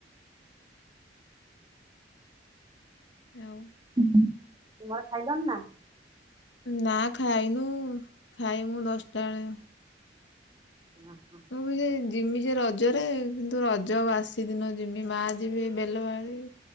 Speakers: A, on the left (about 80°); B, on the right (about 25°).
A: ଆଉ
B: ତୁମର ଖାଇଲନି ନା?
A: ନା ଖାଇନୁ ଖାଇମୁ ଦଶଟା ବେଳେ।
B: ହଁ ହଁ।
A: ଭାବୁଛି ଜିମି ଯେ ରଜରେ କିନ୍ତୁ ରଜ ବାସି ଦିନ ଯିମି ମା ଯିବେ ବେଲ ବାଳି